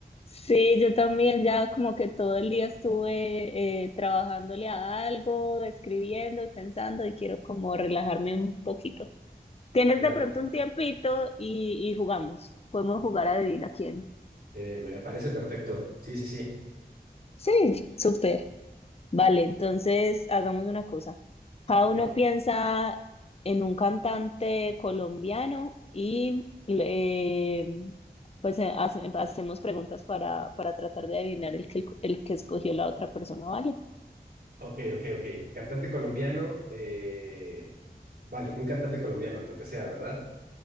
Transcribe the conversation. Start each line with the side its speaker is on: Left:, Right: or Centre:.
Left: Sí, yo también ya como que todo el día estuve eh, trabajándole a algo, escribiendo y pensando y quiero como relajarme un poquito. ¿Tienes
Right: Ya,
Left: de pronto un tiempito y, y jugamos? Podemos jugar a adivina quién.
Right: eh, me parece perfecto. Sí, sí, sí.
Left: Sí, súper. Vale, entonces hagamos una cosa. Cada
Right: Ok,
Left: uno piensa en un cantante colombiano y eh, pues eh, hace- hacemos preguntas para, para tratar de adivinar el que, el que escogió la otra persona, ¿vale?
Right: ok, ok, ok. Cantante colombiano, eh, vale, un cantante colombiano, lo que sea, ¿verdad?